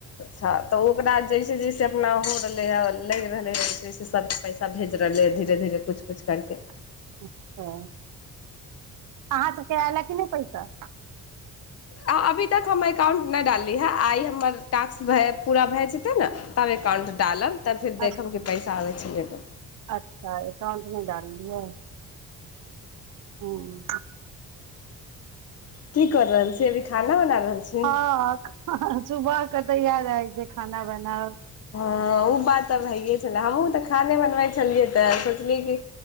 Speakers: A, on the left (about 45°); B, on the right (about 70°).
A: हँ तऽ ओकरा जैसे जैसे अपना हो रहलै हइ लागि रहलै ह वैसे जइसे सभ पैसा भेज रहलै ह धीरे धीरे किछु किुछु करिके
B: अच्छा आहा सब के आयलए की नहि पैसा
A: आ अभी तक हम एककाउंट नहि डालली हेँ आइ हमर टास्क पूरा भए जेतै ने तब एकाउंट डालब तब फिर
B: अ-
A: देखब कि पैसा आबै छै <unintelligible>
B: अच्छा एकाउंट नै डाललियै हूँ
A: की कर रहल छी देख खाना बना रहल छी
B: हँ सुबह क त यैह रहै छै खाना बनाउ
A: ह ओ बात तब भइे छलै हमहुूँ तऽ खाने बनबै छलियै तऽ सोचलिय कि